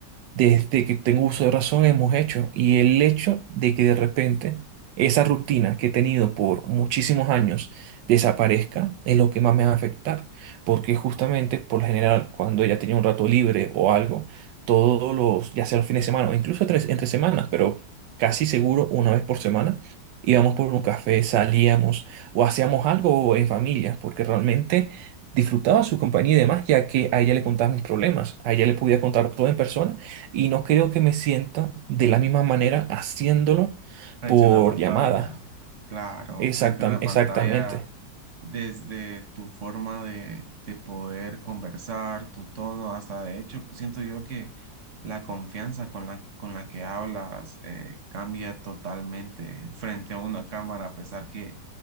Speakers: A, on the right; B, on the right.
A: desde que tengo uso de razón hemos hecho. Y el hecho de que de repente esa rutina que he tenido por muchísimos años desaparezca es lo que más me va a afectar. Porque justamente por lo general, cuando ella tenía un rato libre o algo, todos los, ya sea los fines de semana o incluso tres, entre semanas, pero casi seguro una vez por semana. Íbamos por un café, salíamos o hacíamos algo en familia, porque realmente disfrutaba su compañía y demás, ya que a ella le contaba mis problemas, a ella le podía contar todo en persona y no creo que me sienta de la misma manera haciéndolo
B: frente
A: por
B: a una pantalla,
A: llamada.
B: claro,
A: Exactam-
B: frente a una
A: exactamente.
B: pantalla. desde tu forma de, de poder conversar, tu tono, hasta de hecho siento yo que la confianza con la, con la que hablas eh, cambia totalmente frente a una cámara, a pesar que,